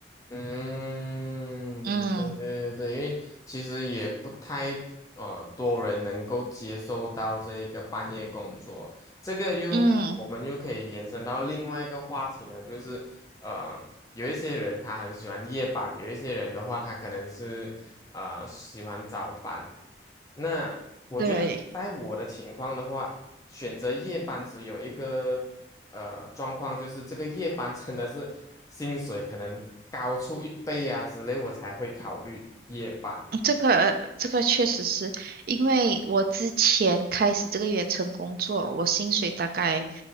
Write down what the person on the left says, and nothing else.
嗯，
对对对，因为其实也不太呃多人能够接受到这一个半夜工作，这个又我们又可以延伸到另外一个话题呢，
就是呃有一些人他很喜欢夜班，有一些人的话他可能是呃喜欢早班。那我觉得在我的情况的话，
选择夜班只有一个呃状况，就是这个夜班真的是薪水可能高出一倍啊之类，我才会考虑夜班。